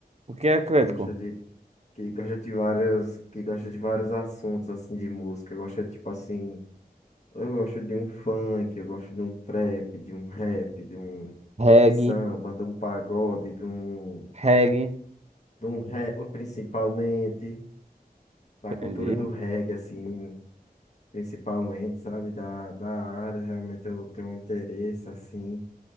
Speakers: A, on the right; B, on the left.
A: O que é eclético?
B: Que gosta de, que gosta de várias, que gosta de vários assuntos assim de música. Gosta tipo assim, eu gosto de um funk, eu gosto de um trap, de um rap, de um
A: Reggae,
B: samba, de um pagode, de um
A: Reggae,
B: de um re- principalmente da
A: entendi.
B: cultura do reggae, assim, principalmente, sabe, da, da área, realmente eu tenho um interesse, assim.